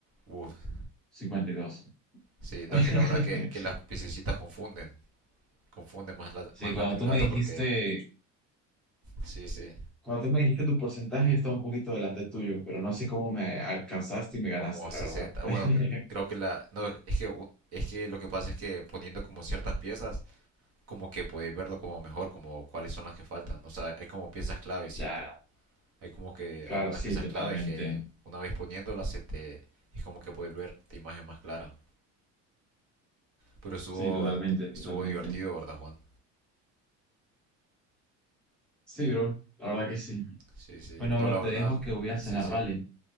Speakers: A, on the right (about 45°); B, in the centre.
A: Uf.
B: 52.
A: Sí,
B: <laughs>
A: no, es que la verdad que, que las piececitas confunden. Confunden más la,
B: Sí,
A: más
B: cuando
A: la del
B: tú
A: gato
B: me dijiste,
A: porque. Sí, sí.
B: cuando tú me dijiste tu porcentaje, yo estaba un poquito delante tuyo, pero no sé cómo me alcanzaste y me ganaste,
A: Como
B: la
A: sesenta
B: verdad. <laughs>
A: Bueno, creo que la. No, es que, es que lo que pasa es que poniendo como ciertas piezas como que podéis verlo como mejor, como cuáles son las que faltan. ¿no? O sea, hay como piezas clave, siento.
B: Ya,
A: Hay como que
B: claro,
A: algunas
B: sí,
A: piezas
B: totalmente.
A: claves que una vez poniéndolas se te, es como que podéis ver la imagen más clara. Pero estuvo,
B: Sí, totalmente, totalmente.
A: estuvo divertido, ¿verdad, Juan?
B: Sí, bro, la verdad que sí.
A: Sí, sí.
B: Bueno,
A: No,
B: bro,
A: la
B: te
A: verdad.
B: dejo que voy a cenar,
A: Sí, sí.
B: ¿vale?